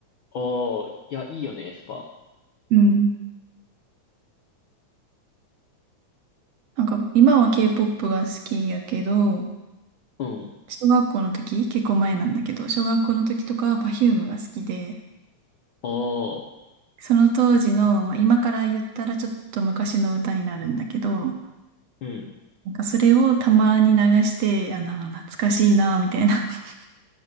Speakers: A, on the left (about 70°); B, on the right (about 65°).
A: おー、いや、いいよね、エスパー。
B: うん。なんか、今は K-POP が好きやけど、
A: うん。
B: 小学校の時、結構前なんだけど、小学校の時とかは Perfume が好きで、
A: おー、
B: その当時の、まあ、今から言ったらちょっと昔の歌になるんだけど、
A: うん。
B: なんかそれをたまに流して、あの、懐かしいな、みたいな。<laughs>